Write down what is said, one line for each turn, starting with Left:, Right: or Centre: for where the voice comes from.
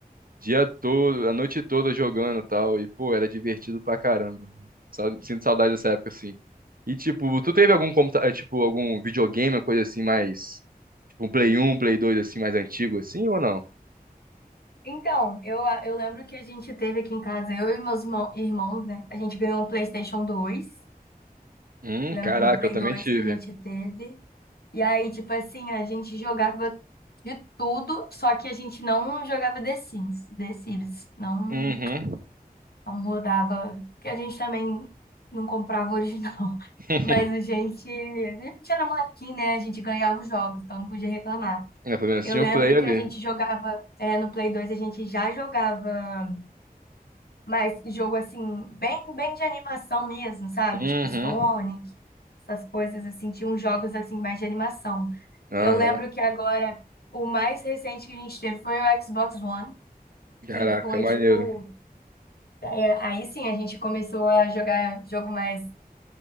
Right: dia todo, a noite toda jogando e tal, e, pô, era divertido pra caramba. Sa- Sinto saudade dessa época, assim. E, tipo, tu teve algum computador, tipo, algum videogame, uma coisa assim, mais, tipo, um Play um Play dois assim, mais antigo, assim, ou não?
Left: Então, eu, eu lembro que a gente teve aqui em casa, eu e meus irmão- irmãos, né? A gente ganhou um PlayStation dois
Right: Hum,
Left: Lembro
Right: caraca,
Left: do Play
Right: eu também
Left: 2
Right: tive.
Left: que a gente teve. E aí, tipo assim, a gente jogava de tudo, só que a gente não jogava The Sims, The Sims, não,
Right: Uhum.
Left: não rodava, porque a gente também não comprava original. <laughs>
Right: <laughs>
Left: Mas a gente, a gente era molequinho, né? A gente ganhava os jogos, então não podia reclamar.
Right: É, pelo menos
Left: Eu
Right: tinha
Left: lembro
Right: um Play
Left: que
Right: ali.
Left: a gente jogava, é, no Play 2, a gente já jogava mas jogo assim, bem, bem de animação mesmo, sabe?
Right: Uhum.
Left: Tipo Sonic, essas coisas assim, tinha uns jogos assim mais de animação.
Right: Aham.
Left: Eu lembro que agora o mais recente que a gente teve foi o Xbox One,
Right: Caraca,
Left: que foi
Right: maneiro.
Left: tipo, é, aí, sim a gente começou a jogar jogo mais